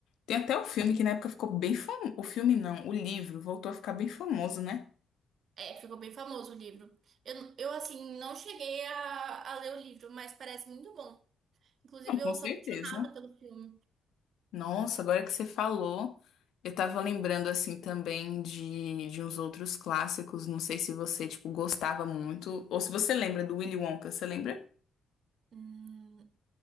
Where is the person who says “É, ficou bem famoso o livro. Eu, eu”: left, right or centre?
Right